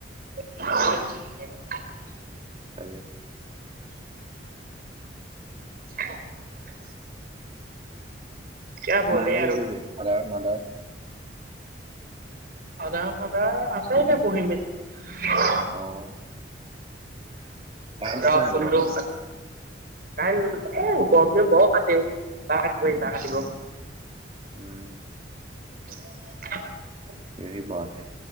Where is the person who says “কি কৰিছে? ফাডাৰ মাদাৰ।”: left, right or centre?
Right